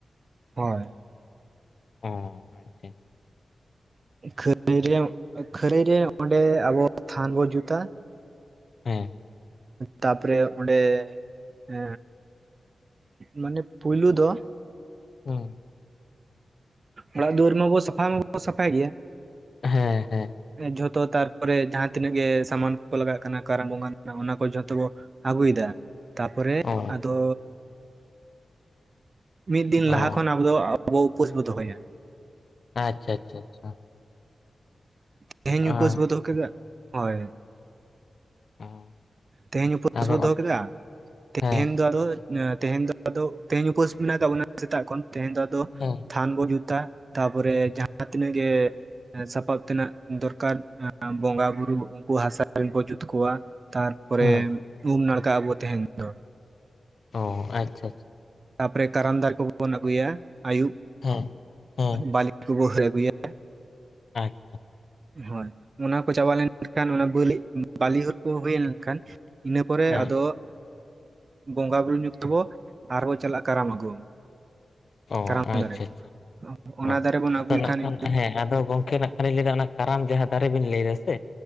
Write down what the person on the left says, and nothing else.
ᱚᱸ ᱟᱪᱪᱷᱟ ᱟᱪᱪᱷᱟ
ᱦᱮᱸ
ᱦᱩ
ᱦᱮᱸ ᱦᱮᱸ
ᱚ
ᱚ
ᱟᱪᱪᱷᱟ ᱟᱪᱪᱷᱟ ᱟᱪᱪᱷᱟ,
ᱟᱸ
ᱚᱸ
ᱟᱫᱚ
ᱦᱮᱸ
ᱦᱮᱸ
ᱦᱮᱸ
ᱦᱚ ᱟᱪᱪᱷᱟ ᱟᱪᱪᱷᱟ᱾
ᱦᱮᱸ᱾ ᱦᱮᱸ
ᱟᱪ
ᱦᱮᱸ
ᱚ
ᱟᱪᱪᱷᱟ
ᱟᱪᱪᱷᱟ᱾
ᱚ
ᱟᱫᱚ
ᱱᱟᱜᱠᱷᱟᱱ ᱦᱮᱸ ᱟᱫᱚ ᱜᱚᱝᱠᱮ ᱱᱟᱜ ᱠᱷᱟᱱᱤᱧ ᱞᱟᱹᱭ ᱫᱟ ᱚᱱᱟ ᱠᱟᱨᱟᱢ ᱡᱟᱦᱟᱸ ᱫᱟᱨᱮ ᱵᱤᱱ ᱞᱟᱹᱭ ᱫᱟ ᱥᱮ